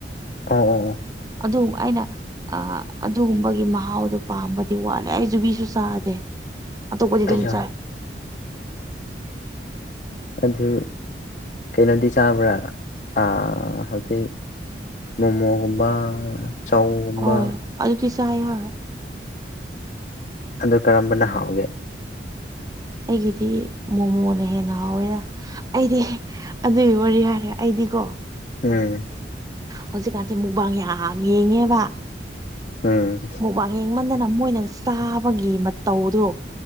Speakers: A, on the left (about 45°); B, on the right (about 20°).
A: ꯑꯣ ꯑꯣ ꯑꯣ
B: ꯑꯗꯨ ꯑꯩꯅ ꯑ ꯑꯗꯨꯒꯨꯝꯕꯒꯤ ꯃꯍꯥꯎꯗꯣ ꯄꯥꯝꯕꯗꯤ ꯋꯥꯠꯂꯦ ꯑꯩ ꯨꯕꯤꯁꯨ ꯆꯥꯗꯦ ꯑꯇꯣꯞꯄꯗꯤ
A: ꯀꯖꯣ
B: ꯑꯗꯨꯝ ꯆꯥꯏ
A: ꯑꯗꯨ ꯀꯩꯅꯣꯗꯤ ꯆꯥꯕ꯭ꯔꯥ ꯑ ꯍꯧꯖꯤꯛ ꯃꯣꯃꯣꯒꯨꯝꯕ ꯆꯧꯒꯨꯝꯕ
B: ꯍ ꯑꯗꯨ ꯇ ꯆ ꯍꯥꯏꯦ ꯍ
A: ꯑꯗꯨ ꯀꯔꯝꯕꯅ ꯍꯥꯎ
B: ꯑꯩꯒꯤꯗꯤ ꯃꯣꯃꯣꯅ ꯍꯦꯟꯅ ꯍꯥꯎꯋꯦꯗ ꯑꯩꯗꯤ ꯑꯗꯨꯒꯤ ꯋꯥꯔꯤ ꯍꯥꯏꯔꯦ ꯑꯩꯗꯤꯀꯣ
A: ꯎꯝ
B: ꯍꯧꯖꯤꯛꯀꯥꯟꯁꯦ ꯃꯨꯛꯕꯥꯡ ꯌꯥꯝ ꯌꯦꯡꯉꯦꯕ
A: ꯎꯝ
B: ꯋꯥꯌꯦꯡꯃꯟꯗꯅ ꯃꯣꯏꯅ ꯆꯥꯕꯒꯤ ꯃꯇꯧꯗꯣ